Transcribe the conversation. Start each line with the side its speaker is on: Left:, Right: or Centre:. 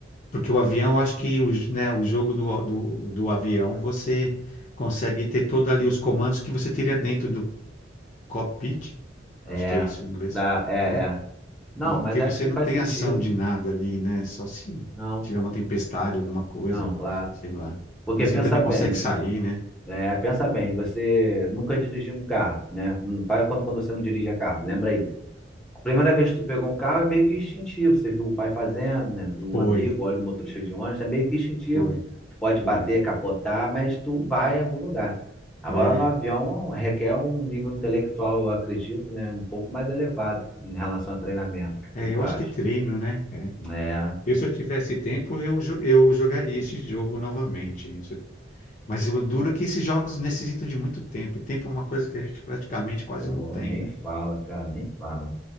Left: Porque o avião, eu acho que o, j- né, o jogo do, do, do avião, você consegue ter todos ali os comandos que você teria dentro do cockpit,
Centre: é,
Left: acho que é isso em inglês,
Centre: dá, é,
Left: né?
Centre: é. Não,
Left: E
Centre: mas
Left: porque
Centre: acho
Left: você
Centre: que
Left: não
Centre: faz
Left: tem
Centre: sentido.
Left: ação de nada ali, né? Só se
Centre: Não,
Left: tiver uma tempestade, alguma coisa,
Centre: não,
Left: né?
Centre: claro.
Left: Sei lá.
Centre: Porque
Left: Mas
Centre: pensa
Left: aí também
Centre: bem,
Left: consegue sair, né?
Centre: É, pensa bem, você nunca dirigiu um carro, né? Não faz quanto quando você não dirigia carro, lembra aí. A primeira vez que tu pegou um carro é meio que instintivo, você viu o pai fazendo, né? Viu o
Left: Foi,
Centre: amigo, olha o motorista de ônibus, é meio que instintivo.
Left: foi,
Centre: Tu pode bater,
Left: foi.
Centre: capotar, mas tu vai em algum lugar. Agora
Left: É,
Centre: no avião requer um nível intelectual, eu acredito, né? Um pouco mais elevado em relação a treinamento. O
Left: é,
Centre: que que
Left: eu
Centre: tu acha?
Left: acho que treino, né? É.
Centre: É,
Left: Eu, se eu tivesse tempo, eu, jo- eu jogaria esse jogo novamente. Mas o duro é que esses jogos necessitam de muito tempo, e tempo é uma coisa que a gente praticamente quase
Centre: pô,
Left: não tem,
Centre: nem
Left: né?
Centre: fala, cara, nem fala.